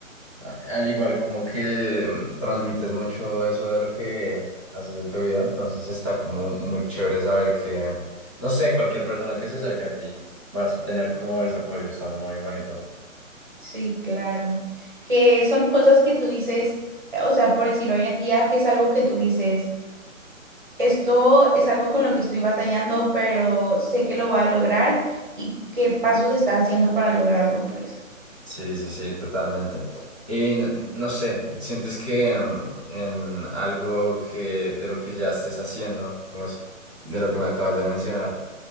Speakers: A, on the left; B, on the right.
A: A- Al igual, como que mm, transmites mucho eso de lo que haces en tu vida, entonces está como muy chévere saber que, no sé, cualquier persona que se acerque a ti vas a tener como ese apoyo, está muy bonito.
B: Sí, claro. Que son cosas que tú dices, o sea, por decir hoy en día, que es algo que tú dices, esto es algo con lo que estoy batallando, pero sé que lo voy a lograr y qué pasos está haciendo para lograrlo, pues.
A: Sí, sí, sí, totalmente. Y n- no sé, ¿sientes que mm, en algo que de lo que ya estés haciendo, como es de lo que me acabas de mencionar,